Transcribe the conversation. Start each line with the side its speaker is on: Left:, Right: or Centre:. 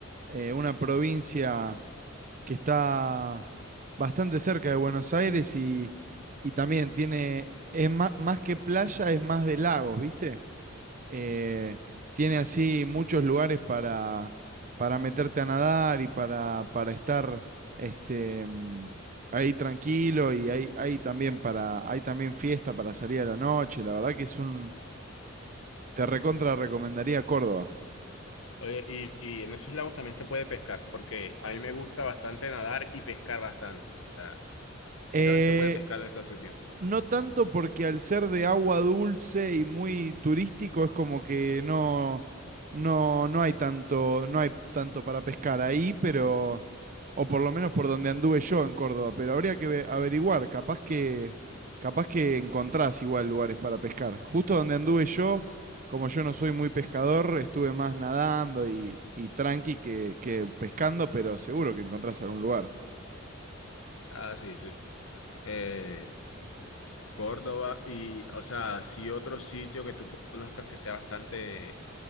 Right: eh, una provincia que está bastante cerca de Buenos Aires y, y también tiene, es más, más que playa, es más de lagos, ¿viste? Eh, tiene así muchos lugares para, para meterte a nadar y para, para estar este, mm, ahí tranquilo y hay, hay también para, hay también fiesta para salir a la noche. La verdad que es un, te recontra recomendaría Córdoba.
Left: Oye, y, y en esos lagos también se puede pescar, porque a mí me gusta bastante nadar y pescar bastante. O sea, sí
Right: Eh,
Left: también se puede pescar en esos sitios.
Right: No tanto porque al ser de agua dulce y muy turístico es como que no, no, no hay tanto, no hay tanto para pescar ahí, pero, o por lo menos por donde anduve yo en Córdoba, pero habría que ve- averiguar, capaz que, capaz que encontrás igual lugares para pescar. Justo donde anduve yo, como yo no soy muy pescador, estuve más nadando y, y tranqui que, que pescando, pero seguro que encontrás algún lugar.
Left: Ah, sí, sí. Eh, Córdoba y, o sea, sí otro sitio que tú conozcas que sea bastante,